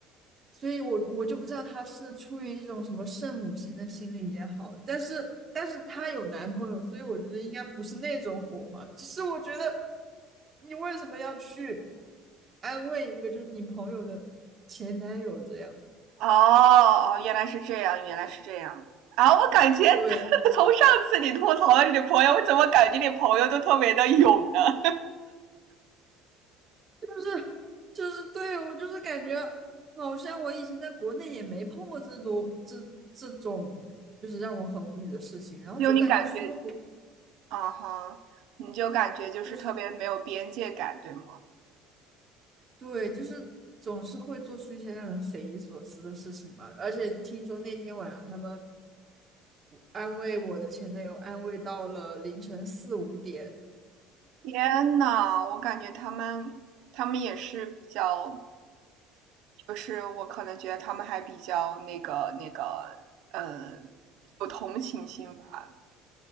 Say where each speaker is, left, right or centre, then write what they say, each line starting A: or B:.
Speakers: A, on the right; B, on the right.
A: 所以我我就不知道他是出于一种什么圣母心的心理也好，但是但是他有男朋友，所以我觉得应该不是那种火花，只是我觉得你为什么要去安慰一个就是你朋友的前男友这样？
B: 哦哦，原来是这样，原来是这样啊！我感觉 <laughs>
A: 对。
B: 从上次你吐槽了你的朋友，我怎么感觉你朋友都特别的勇呢？
A: 是就是对我就是感觉，好像我以前在国内也没碰过这种这这种，就是让我很无语的事情。然后就感觉出了国，
B: 就你感觉，啊哈，你就感觉就是特别没有边界感，
A: 就是
B: 对吗？
A: 对，就是总是会做出一些让人匪夷所思的事情吧。而且听说那天晚上他们安慰我的前男友，安慰到了凌晨四五点。
B: 天呐，我感觉他们他们也是比较，就是我可能觉得他们还比较那个那个，呃，有同情心吧。